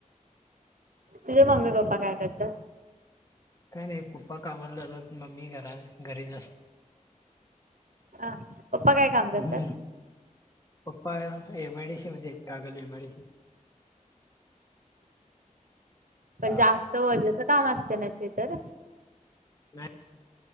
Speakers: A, on the right; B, on the left.
A: तुझ्या मम्मी पप्पा काय करतात?
B: काय नाही पप्पा कामाला जातात मम्मी घरा घरीच असते.
A: हा पप्पा काय काम
B: असते
A: करतात?
B: पप्पा एमडीसि मजेत कागल एमडीस
A: पण
B: हा.
A: जास्त वजेच काम असते ना ते तर?
B: नाही.